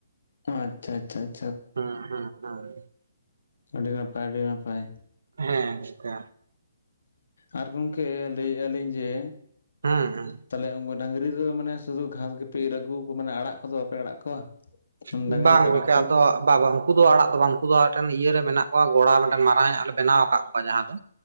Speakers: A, on the left (about 70°); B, on the right (about 75°).
A: ᱳ ᱟᱪᱪᱷᱟ ᱟᱪᱪᱷᱟ ᱟᱪᱚ
B: ᱦᱮᱸ ᱦᱮᱸ ᱦᱮᱸ
A: ᱟᱹᱰᱤ ᱱᱟᱯᱟᱭ ᱟᱹᱰᱤ ᱱᱟᱯᱟᱭ
B: ᱦᱮᱸ ᱟᱪᱪᱷᱟ
A: ᱟᱨ ᱜᱚᱢᱠᱮ ᱞᱟᱹᱭᱮᱜ ᱟᱹᱞᱤᱧ ᱡᱮ
B: ᱦᱩᱸ ᱦᱩᱸ
A: ᱛᱟᱦᱚᱞᱮ ᱩᱱᱠᱩ ᱰᱟᱹᱝᱨᱤ ᱫᱚ ᱢᱟᱱᱮ ᱥᱩᱫᱩ ᱜᱷᱟᱥ ᱜᱮᱯᱮ ᱤᱨ ᱟᱹᱜᱩᱣᱟ ᱢᱟᱱᱮ ᱟᱲᱟᱜ ᱠᱚᱫᱚ ᱵᱟᱯᱮ ᱟᱲᱟᱜ ᱠᱚᱣᱟ
B: ᱵᱟᱝ
A: ᱰᱟᱹᱝᱨᱤ ᱠᱟᱰᱟ
B: ᱜᱚᱝᱠᱮ ᱟᱫᱚ
A: ᱠᱚ
B: ᱵᱟ ᱵᱟ ᱩᱱᱠᱩ ᱫᱚ ᱟᱲᱟᱜ ᱫᱚ ᱵᱟᱝ ᱩᱱᱠᱩ ᱫᱚ ᱢᱮᱫᱴᱮᱱ ᱤᱭᱟᱹ ᱨᱮ ᱢᱮᱱᱟᱜ ᱠᱚᱣᱟ ᱜᱚᱲᱟ ᱢᱮᱫᱴᱮᱱ ᱢᱟᱨᱟᱝ ᱟᱜ ᱞᱮ ᱵᱮᱱᱟᱣ ᱟᱠᱟᱫ ᱠᱚᱣᱟ ᱡᱟᱦᱟᱸ ᱫᱚ